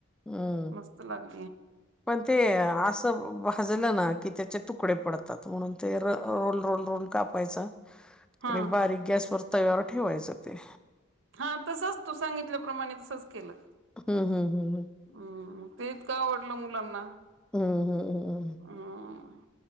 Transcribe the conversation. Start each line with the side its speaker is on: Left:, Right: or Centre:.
Centre: हं.
Right: मस्त लाग
Centre: पण ते आस भाजलं ना की त्याचे तुकडे पडतात. म्हणून ते र रोल रोल रोल कापायचं
Right: हा
Centre: आणि बारीक गॅसवर तव्यावर ठेवायचं ते.
Right: हा तसचं तू सांगितल्याप्रमाणे तसेच केलं.
Centre: हम्म हम्म हम्म हम्म.
Right: हम्म ते इतकं आवडलं मुलांना
Centre: हं, हं,
Right: हम्म